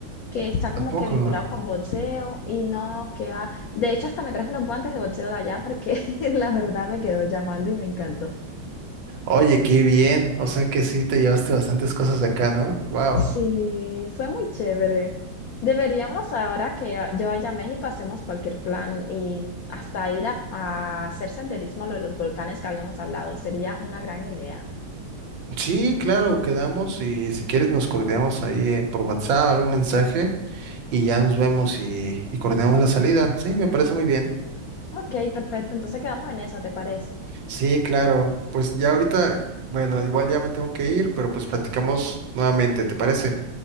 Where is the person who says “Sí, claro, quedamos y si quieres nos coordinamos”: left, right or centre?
Right